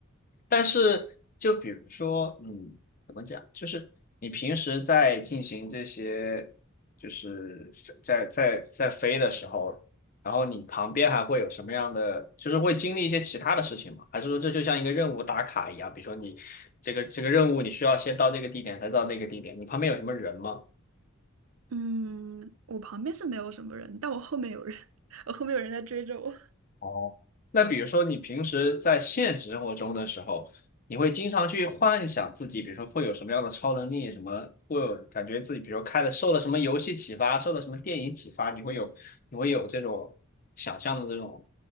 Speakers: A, on the left; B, on the right.
A: 但是就比如说，嗯，怎么讲，就是你平时在进行这些，就是在在在飞的时候，然后你旁边还会有什么样的，就是会经历一些其他的事情吗？还是说这就像一个任务打卡一样？比如说你这个这个任务，你需要先到这个地点，才到那个地点，你旁边有什么人吗？
B: 嗯，我旁边是没有什么人，但我后面有人，<laughs> 我后面有人在追着我。
A: 哦，那比如说你平时在现实生活中的时候，你会经常去幻想自己，比如说会有什么样的超能力，什么会有感觉自己，比如说开了受了什么游戏启发，受了什么电影启发，你会有你会有这种想象的这种